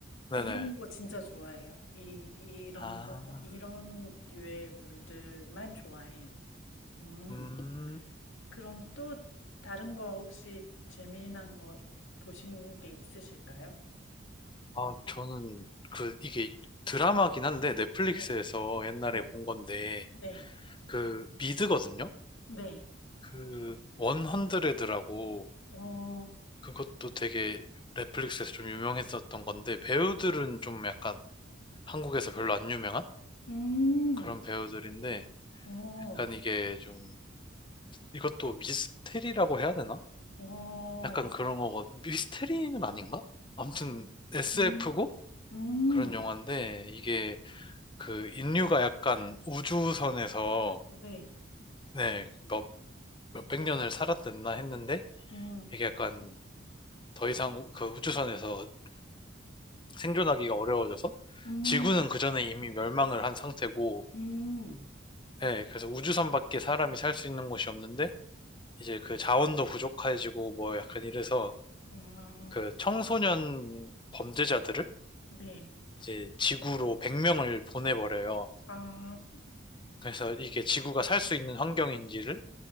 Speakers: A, on the left; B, on the left.
A: 네네.
B: 이런 거 진짜 좋아해요. 이, 이런
A: 아,
B: 거, 이런 류의 물들만 좋아해요. 음.
A: 음,
B: 그럼 또 다른 거 혹시 재미난 거 보신 게 있으실까요?
A: 아, 저는, 그, 이게 드라마긴 한데, 넷플릭스에서
B: 네.
A: 옛날에
B: 네.
A: 본 건데,
B: 네.
A: 그, 미드거든요?
B: 네.
A: 그, 원헌드레드라고,
B: 어,
A: 그것도 되게 넷플릭스에서 좀 유명했었던 건데, 배우들은 좀 약간 한국에서 별로 안 유명한?
B: 음,
A: 그런 배우들인데,
B: 어,
A: 약간 이게 좀 이것도 미스테리라고 해야 되나?
B: 어,
A: 약간 그런 거고 미스테리는 아닌가? 아무튼 SF고
B: 음, 음,
A: 그런 영화인데 이게 그 인류가 약간 우주선에서
B: 네.
A: 네, 몇, 몇백 년을 살았댔나 했는데
B: 음,
A: 이게 약간 더 이상 우- 그 우주선에서 생존하기가 어려워져서
B: 음,
A: 지구는 그전에 이미 멸망을 한 상태고
B: 음,
A: 네, 그래서 우주선밖에 사람이 살 수 있는 곳이 없는데 이제 그 자원도 부족해지고 뭐 약간 이래서
B: 아,
A: 그 청소년 범죄자들을
B: 네.
A: 이제 지구로 100명을 보내버려요.
B: 아,
A: 그래서 이게 지구가 살 수 있는 환경인지를